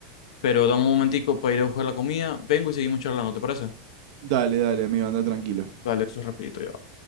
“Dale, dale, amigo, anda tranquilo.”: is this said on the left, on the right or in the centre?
Right